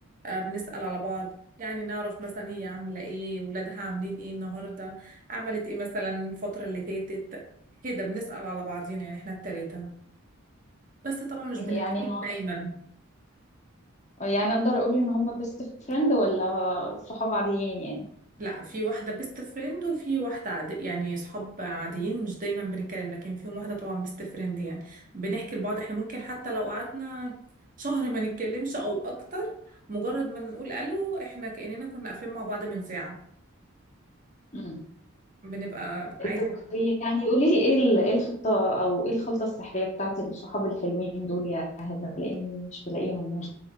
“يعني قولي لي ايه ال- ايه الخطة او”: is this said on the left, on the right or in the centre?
Left